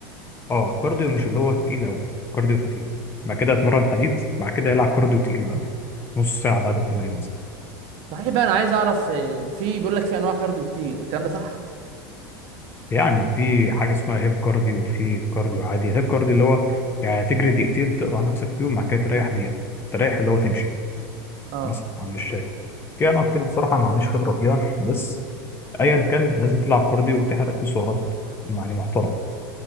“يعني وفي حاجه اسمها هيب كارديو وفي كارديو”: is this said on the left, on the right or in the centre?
Left